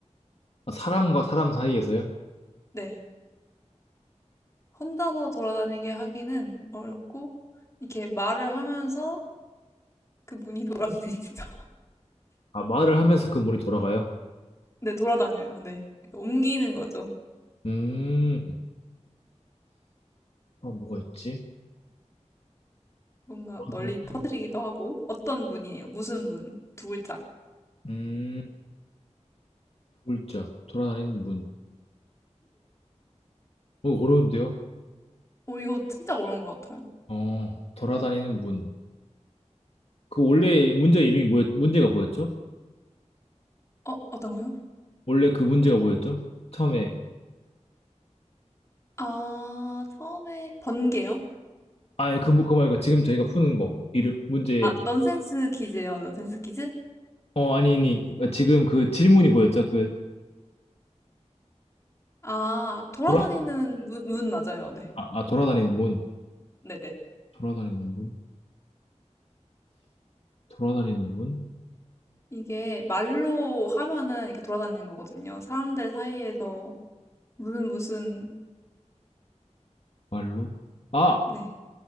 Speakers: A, on the left (about 55°); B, on the left (about 25°).
A: 아, 사람과 사람 사이에서요?
B: 네. 혼자서 돌아다니게 하기는 어렵고 이렇게 말을 하면서 그 문이 <laughs> 돌아다니다
A: 아, 말을 하면서 그 문이 돌아가요?
B: <laughs> 네. 돌아다녀요. 네. 옮기는 거죠.
A: 음, 아, 뭐가 있지?
B: 뭔가
A: 돌아다니,
B: 널리 퍼뜨리기도 하고 어떤 문이에요? 무슨 문? 두 글자.
A: 음, 두 글자. 돌아다니는 문. 어, 어려운데요?
B: 오 이거 진짜 어려운 것 같아요.
A: 어, 돌아다니는 문. 그 원래 문제 이름이 뭐였, 문제가 뭐였죠?
B: 어 어떤 거요?
A: 원래 그 문제가 뭐였죠? 처음에,
B: 아 처음에 번개요?
A: 아니, 그, 뭐- 그거 말고 지금 저희가 푸는 거, 이름, 문제,
B: 아 넌센스 퀴즈요. 넌센스 퀴즈?
A: 어, 아니, 아니, 그러니까 지금 그 질문이 뭐였죠? 그,
B: 아 돌아다니는
A: 돌아,
B: 문, 문 맞아요. 네
A: 아, 아, 돌아다니는 문.
B: 네네.
A: 돌아다니는 문? 돌아다니는 문?
B: 이게 말로 하면은 이렇게 돌아다니는 거거든요. 사람들 사이에서 무슨 무슨
A: 말로? 아,
B: 네